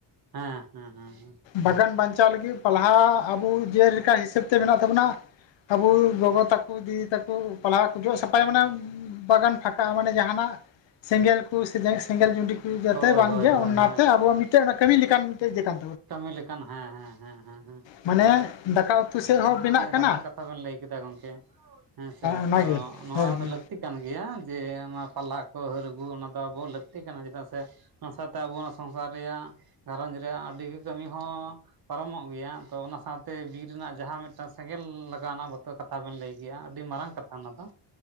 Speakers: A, on the right; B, on the left.
A: ᱦᱮᱸ ᱦᱮᱸ ᱦᱮᱸ ᱦᱚᱸ᱾
B: ᱵᱟᱜᱟᱱ ᱵᱟᱧᱪᱟᱣ ᱞᱟᱹᱜᱤᱫ ᱯᱟᱞᱦᱟ ᱟᱵᱩ ᱡᱮᱞᱮᱠᱟ ᱦᱤᱥᱟᱹᱵᱽ ᱛᱮ ᱢᱮᱱᱟᱜ ᱛᱟᱹᱵᱩᱱᱟ᱾ ᱟᱵᱩ ᱜᱚᱜᱚ ᱛᱟᱠᱩ ᱫᱤᱫᱤ ᱛᱟᱹᱠᱩ ᱯᱟᱞᱦᱟ ᱠᱩ ᱡᱚᱜ ᱥᱟᱯᱷᱟᱭᱟ ᱢᱟᱱᱮᱢᱼᱼ ᱵᱟᱜᱟᱱ ᱯᱷᱟᱠᱟᱜ-ᱟ ᱢᱟᱱᱮ ᱡᱟᱦᱟᱸ ᱱᱟᱜ ᱥᱮᱸᱜᱮᱞ ᱠᱩ ᱥᱮ ᱡᱮ ᱥᱮᱸᱜᱮᱞ ᱡᱩᱰᱤ ᱠᱩᱼᱼ ᱤ ᱡᱟᱛᱮ
A: ᱦᱳᱭ
B: ᱵᱟᱝ
A: ᱦᱳᱭ
B: ᱜᱮ
A: ᱦᱳᱭ
B: ᱚᱱᱟ
A: ᱦᱳᱭ
B: ᱛᱮ ᱟᱵᱚᱣᱟᱜ ᱢᱤᱫᱴᱮᱡ ᱚᱱᱟ ᱠᱟᱹᱢᱤ ᱞᱮᱠᱟᱱ ᱢᱤᱫᱴᱮᱡ ᱭᱟᱹ ᱠᱟᱱᱼᱼ
A: ᱠᱟᱹᱢᱤ ᱞᱮᱠᱟᱱ ᱦᱮᱸ ᱦᱮᱸ ᱦᱮᱸ ᱦᱮᱸᱦᱮᱸ᱾
B: ᱢᱟᱱᱮ ᱫᱟᱠᱟ ᱩᱛᱩ ᱥᱮᱜ ᱦᱚᱸ ᱵᱮᱱᱟᱜ ᱠᱟᱱᱟ᱾
A: ᱫᱟᱢᱟᱱ ᱠᱟᱛᱷᱟ ᱵᱮᱱ ᱞᱟᱹᱭ ᱠᱮᱫᱟ ᱜᱚᱝᱠᱮ ᱦᱮᱸ ᱥᱮ
B: ᱚᱱᱟᱜᱮ
A: ᱛᱚ ᱱᱚᱶᱟ
B: ᱦᱳᱭ ᱦᱳᱭ
A: ᱫᱚ ᱞᱟᱹᱠᱼᱼ ᱛᱤ ᱠᱟᱱ ᱜᱮᱭᱟ ᱡᱮ ᱚᱱᱟ ᱯᱟᱞᱦᱟ ᱠᱚ ᱦᱟᱹᱨ ᱟᱹᱜᱩ ᱚᱱᱟ ᱫᱚ ᱟᱵᱚ ᱞᱟᱹᱠᱛᱤ ᱠᱟᱱᱟ ᱪᱮᱫᱟᱜ ᱥᱮᱼᱼ ᱚᱱᱟ ᱥᱟᱶᱛᱮ ᱟᱵᱚ ᱱᱚᱣᱟ ᱥᱚᱝᱥᱟᱨ ᱨᱮᱭᱟᱜ ᱜᱷᱟᱨᱚᱡᱽ ᱨᱮᱭᱟᱜ ᱟᱹᱰᱤᱜ ᱠᱟᱹᱢᱤ ᱦᱚᱸ ᱯᱟᱨᱚᱢᱚᱜ ᱜᱮᱭᱟ ᱛᱚ ᱚᱱᱟ ᱥᱟᱶᱛᱮ ᱛᱮ ᱵᱤᱨ ᱨᱮᱱᱟᱜ ᱡᱟᱦᱟᱸ ᱢᱤᱫᱴᱟᱝ ᱥᱮᱸᱜᱮᱞ ᱞᱟᱜᱟᱣ ᱨᱮᱱᱟᱜ ᱵᱚᱛᱚᱨ ᱠᱟᱛᱷᱟ ᱵᱮᱱ ᱞᱟᱹᱭ ᱠᱮᱜᱼᱟᱹᱰᱤ ᱢᱟᱨᱟᱝ ᱠᱟᱛᱷᱟ ᱚᱱᱟ ᱫᱚ